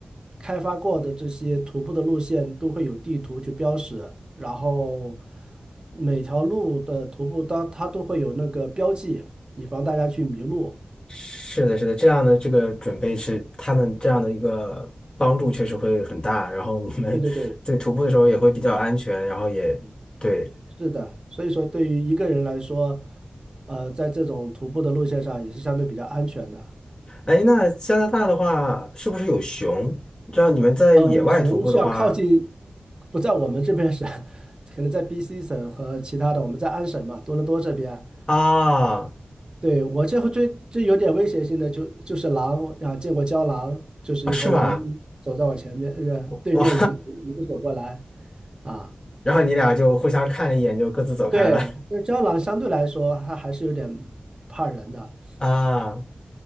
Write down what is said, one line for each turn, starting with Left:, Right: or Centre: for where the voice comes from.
Right: 开发过的这些徒步的路线都会有地图去标识，然后每条路的徒步都它都会有那个标记，以防大家去迷路。
Left: 是的，是的，这样的这个准备是他们这样的一个帮助确实会很大，然后你们对徒步的时候也会比较安全，
Right: 对对对，
Left: 然后也对。
Right: 是的，所以说对于一个人来说，呃，在这种徒步的路线上也是相对比较安全的。
Left: 哎，那加拿大的话是不是有熊？你知道你们在野外徒步的话
Right: 嗯，熊是要靠近，不在我们这边省，<laughs> 可能在 BC 省和其他的，我们在安省嘛，多伦多这边。
Left: 啊
Right: 对，我这回最最有点威胁性的就就是狼啊，见过郊狼，就是一头狼
Left: 啊是吗？
Right: 走在我前面，呃，对面迎迎着走过来
Left: 哇，
Right: 啊。
Left: <laughs> 然后你俩就互相看了一眼，就各自走开了
Right: 对，因为郊狼相对来说它还是有点怕人的，
Left: <laughs> 啊。